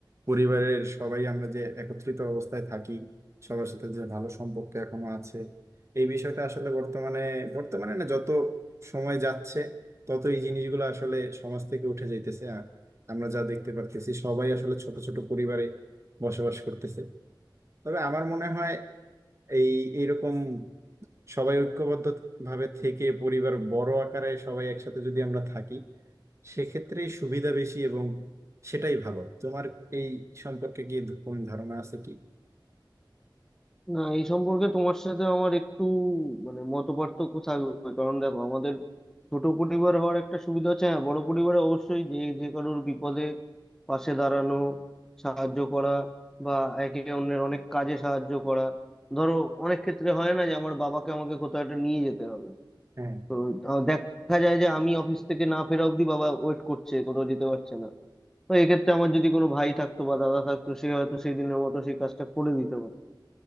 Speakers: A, on the right; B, in the centre.
A: পরিবারের সবাই আমরা যে একত্রিত অবস্থায় থাকি সবার সাথে যে ভালো সম্পর্ক এখনো আছে এই বিষয়টা আসলে বর্তমানে বর্তমানে না যত সময় যাচ্ছে তত এই জিনিসগুলো আসলে সমাজ থেকে উঠে যাইতেছে আর আমরা যা দেখতে পারতেছি সবাই আসলে ছোট ছোট পরিবারে বসবাস করতেছে তবে আমার মনে হয় এই এইরকম সবাই ঐক্যবদ্ধ ভাবে থেকে পরিবার বড় আকারে সবাই একসাথে যদি আমরা থাকি সেক্ষেত্রে সুবিধা বেশি এবং সেটাই ভালো তোমার এই সম্পর্কে কি কোন ধারণা আছে কি
B: না এই সম্পর্কে তোমার সাথে আমার একটু মানে মত পার্থক্য থাকবে কারণ দেখো আমাদের ছোট পরিবার হওয়ার একটা সুবিধা আছে হ্যাঁ বড় পরিবারে অবশ্যই যে যে কারোর বিপদে পাশে দাঁড়ানো সাহায্য করা বা একে অন্যের অনেক কাজে সাহায্য করা ধরো অনেক ক্ষেত্রে হয় না যে আমার বাবাকে আমাকে কোথাও একটা নিয়ে যেতে হবে
A: হ্যাঁ
B: তো আহ, দেখা যায় যে আমি অফিস থেকে না ফেরা অবধি বাবা ওয়েট করছে কোথাও যেতে পারছে না তো এক্ষেত্রে আমার যদি কোনো ভাই থাকতো বা দাদা থাকতো সে হয়তো সেই দিনের মতো সেই কাজটা করে দিতে পারতো